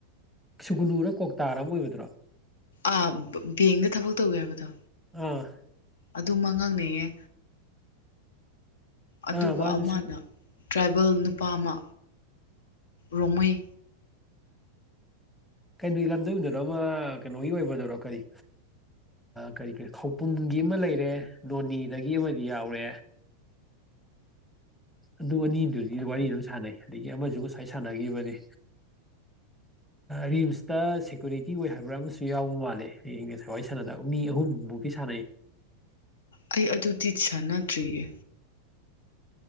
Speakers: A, in the centre; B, on the left (about 60°).
A: ꯁꯨꯒꯨꯅꯨꯅ ꯀꯧꯇꯥꯔ ꯑꯃ ꯑꯣꯏꯕꯗꯨ꯭ꯔꯣ
B: ꯑ ꯕꯦꯡꯗ ꯊꯕꯛ ꯇꯧꯒꯦ ꯍꯥꯏꯕꯗꯣ
A: ꯑꯥ
B: ꯑꯗꯨ ꯃ ꯉꯥꯡꯅꯌꯦꯦ ꯑꯗꯨꯒ
A: ꯑꯥ ꯃꯥꯁꯨ
B: ꯑꯃꯅ ꯇ꯭ꯔꯥꯏꯕꯦꯜ ꯅꯨꯄꯥ ꯑꯃ ꯔꯣꯡꯃꯩ
A: ꯀꯩꯅꯣ ꯂꯝꯗꯝꯗꯨꯅꯣ ꯑꯃ ꯀꯩꯅꯣꯒꯤ ꯑꯣꯏꯕꯗꯔꯣ ꯀꯔꯤ ꯀꯔꯤ ꯀꯔꯤ ꯈꯧꯄꯨꯝꯒꯤ ꯑꯃ ꯂꯩꯔꯦ ꯅꯣꯅꯦꯗꯒꯤ ꯑꯃꯗꯤ ꯌꯥꯎꯔꯦ ꯑꯗꯨ ꯑꯅꯤꯗꯨꯗꯤ ꯋꯥꯔꯤ ꯑꯗꯨꯝ ꯁꯥꯟꯅꯩ ꯑꯗꯒꯤ ꯑꯃꯁꯨ ꯉꯁꯥꯏ ꯁꯥꯟꯅꯈꯤꯕꯅꯤ ꯔꯤꯝꯁꯇ ꯁꯦꯀ꯭ꯌꯨꯔꯤꯇꯤ ꯑꯣꯏ ꯍꯥꯏꯕ꯭ꯔꯥ ꯑꯃꯁꯨ ꯌꯥꯎꯕ ꯃꯥꯜꯂꯦꯁ ꯍꯋꯥꯏ ꯁꯥꯟꯅꯗ ꯃꯤ ꯑꯍꯨꯝ ꯃꯨꯛꯇꯤ ꯁꯥꯟꯅꯩ
B: ꯑꯩ ꯑꯗꯨꯗꯤ ꯁꯥꯟꯅꯗ꯭ꯔꯤꯌꯦ